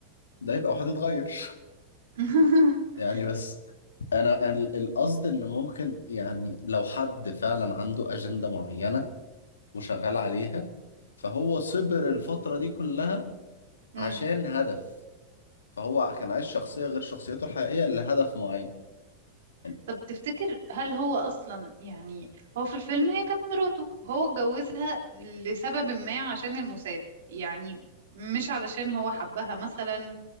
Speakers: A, on the left; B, on the right.
A: ده يبقى واحد اتغير
B: <laughs>
A: يعني بس انا ال- القصد ان ممكن يعني لو حد فعلا عنده اجندة معينة وشغال عليها فهو صبر الفترة دي كلها
B: امم
A: عشان هدف فهو كان عايش شخصية غير شخصيته الحقيقية لهدف معين يعني
B: طب تفتكر هل هو أصلا يعني هو في الفيلم هي كانت مراته وهو اتجوزها لسبب ما عشان الموساد يعني مش علشان هو حبها مثلا